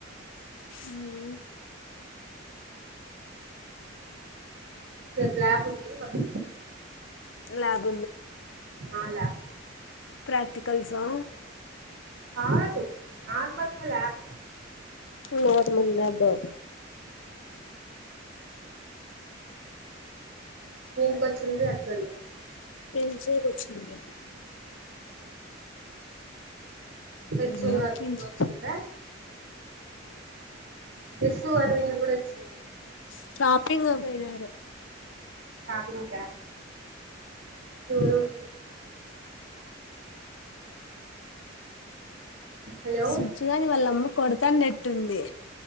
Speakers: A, on the left (about 80°); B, on the right (about 65°).
A: అ
B: రేపు లాబ్ ఉంది మాక్
A: ల్యాబ్
B: అలా
A: క్రాక్ కలుసా
B: కాదు నార్మల్గా ల్యాబ్
A: నార్మల్ ల్యాబ్ ఆ
B: ఏంటికి వచ్చిండ్రీ అక్కొల్లు
A: పిలిచేకి వచ్చింది
B: యస్సు
A: ఏం
B: అరవింద్
A: తిన్నావ్
B: వచ్చిందా ఎస్ అరవింద కూడా వచ్చింది
A: స్టాపు ఎప్పింగ పోయినర
B: షాపింగ్ కా ఎవరెవరు హలో
A: సుచ్చుగాని వాళ్ళమ్మ కొడతానట్టుంది